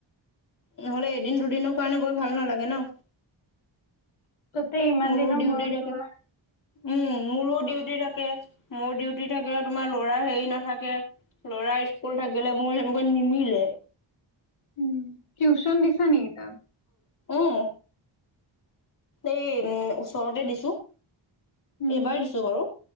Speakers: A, on the left (about 40°); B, on the left (about 85°).
A: নহ'লে এদিন দুদিনৰ কাৰণে গৈ ভাল নালাগে ন।
B: তাতে ইমান
A: মোৰো
B: দিনৰ
A: ডিউটি
B: মূৰত
A: থাকে।
B: যোৱা
A: উম, মোৰো ডিউটি থাকে মোৰ ডিউটি থাকিলে তোমাৰ ল'ৰা হেৰি নাথাকে। ল'ৰা স্কুল থাকিলে মোৰ সেনেকুৱা নিমিলে
B: উম, টিউচন দিছা নেকি তাক।
A: উম এই উ ওচৰতে দিছো
B: উম
A: এইবাৰ দিছো বাৰু